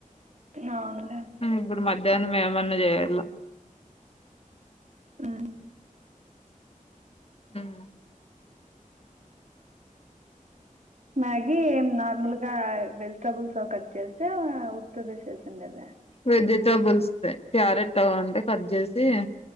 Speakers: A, on the right (about 60°); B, on the left (about 45°).
A: ఔనులే
B: ఇప్పుడు మధ్యాహ్నం ఏమన్నా జేయ్యాల్ల
A: ఉమ్
B: ఉమ్
A: మ్యాగీ ఏం నార్మల్గా వెజిటబుల్స్ లొ కట్ చేసా ఉత్తదే సేసిండాదా
B: వెజిటబుల్స్ దే క్యారెట్టు వుంటే కట్ జేసి